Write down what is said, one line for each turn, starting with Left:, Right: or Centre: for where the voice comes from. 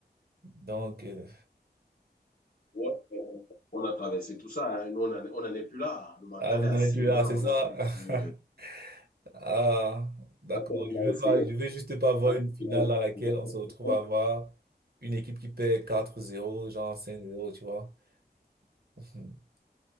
Right: Donc, euh,
Left: Ouais, euh, on a traversé tout ça. hein. Nous, on n'en on n'en est plus là. Le mental
Right: ah, vous
Left: est assis
Right: n'en êtes plus
Left: maintenant.
Right: là, c'est ça?
Left: On n'a plus.
Right: <laughs>
Left: euh,
Right: Ah, d'accord,
Left: à peine
Right: je
Left: il a
Right: veux
Left: essayé,
Right: pas, je veux juste pas voir
Left: à peine
Right: une finale
Left: il a essayé.
Right: dans laquelle on se retrouve à avoir une équipe qui perd 4-0, genre 5-0, tu vois. <laughs>